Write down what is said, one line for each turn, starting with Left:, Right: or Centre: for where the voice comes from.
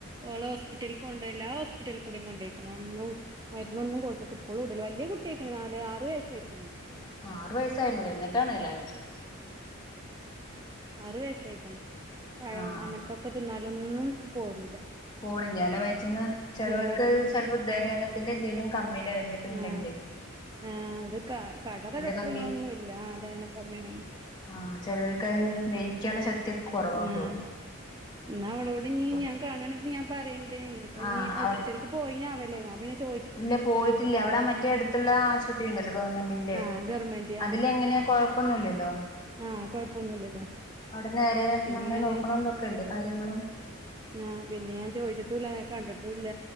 Right: ഓള ഹോസ്പിറ്റല കൊണ്ടണ്ട് എല്ലാ ഹോസ്പിറ്റലിൽ കൂടെ കൊണ്ടോയിക്ണ് ഒന്നും മരുന്നൊന്നും കൊടുത്തിട്ട് ഇപ്പോളുല വലിയ കുട്ടി ആയിക്ക്ണ് നാല് ആറ് വയസ്സായിക്ക്ണ്
Left: ആറ് വയസ്സായിരുന്നു എന്നിട്ടണ്ല്ലേ
Right: ആറു വയസായിക്ക്ണ് പഴം
Left: ആഹ്
Right: അങ്ങനത്തൊക്കെ തിന്നാലൊന്നും പോരൂല്ല
Left: പോണില ലോ വഴറ്റിന്ന് ചോലോർക്ക്
Right: വയറ്റ്ന്ന്
Left: ചിലപ്പോ ദഹനത്തിന്റെ എന്തേലും കമ്മിയുടെ എന്നതൊക്ക ഉണ്ടെങ്കി
Right: ആഹ് ആഹ് അത് കടക ഡോക്ടറങ്ങളൊന്നും
Left: കമ്മി
Right: ഇല്ല ഥഹന കമ്മീ അങ്ങനെ
Left: ആഹ് ചിലർക്ക്ത് ദെഹിയിക്കാനുള്ള ശക്തിയക്കെ കുറവാണെന്ന്
Right: ആഹ്
Left: തോന്നുന്നു.
Right: എന്നാ അവളോട് നീ
Left: അപ്പൊ
Right: ഞാൻ കാണെങ്കിൽ ഞാൻ പറയണ്ട് ഇനിയിപ്പൊ
Left: ആഹ്
Right: നീ ഹോസ്പിറ്റല
Left: അവൾ
Right: പോയിനാവല്ലോ ഞാൻ പിനെ ചോ
Left: ഇല്ല പോയിട്ടില്ല. അവിടെ മറ്റേ അടുത്തുള്ള ആശുപത്രി ഉണ്ടല്ലോ ഗവൺമെന്റിന്റെ
Right: ആഹ് ഗവൺമെന്റ്
Left: അതിൽ എങ്ങനെ ഴപ്പൊന്നുല്ലല്ലോ
Right: ആഹ കൊഴപ്പൊന്നുല്ലല്ലോ
Left: അവിടെ നേരെ
Right: പിന്നെ
Left: നമ്മെ
Right: ഞാന്
Left: നോക്കണള്ളൊക്കെല്ലേ കാര്യങ്ങളും
Right: ആ പിന്നെ ഞാൻ ചോദിച്ചിട്ടുല്ല ഞാൻ കണ്ടിട്ടുല്ല